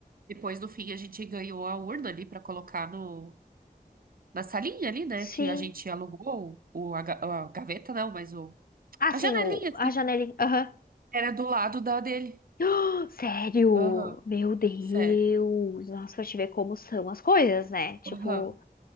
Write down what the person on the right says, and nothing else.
Depois, no fim, a gente ganhou a urna ali pra colocar no, na salinha ali, né?
Que a gente alugou o, a, ga- a gaveta, não, mas o,
a
janelinha,
assim.
Era do lado da dele.
Aham,
sério.
Aham.